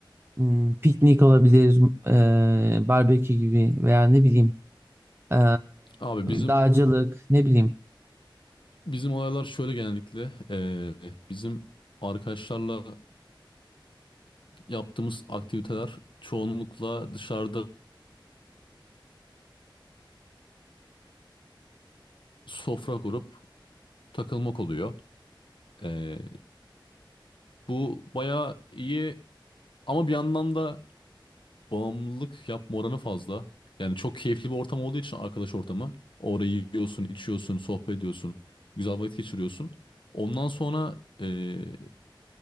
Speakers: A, on the right; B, on the left.
A: m, piknik olabilir, e, barbekü gibi veya ne bileyim e,
B: Abi bizim
A: dağcılık ne bileyim.
B: Bizim olaylar şöyle genellikle eee, bizim arkadaşlarla yaptığımız aktiviteler çoğunlukla dışarıda sofra kurup takılmak oluyor. Eee, bu bayağı iyi ama bir yandan da bağımlılık yapma oranı fazla. Yani çok keyifli bir ortam olduğu için arkadaş ortamı. Orayı yiyorsun, içiyorsun, sohbet ediyorsun, güzel vakit geçiriyorsun. Ondan sonra eee,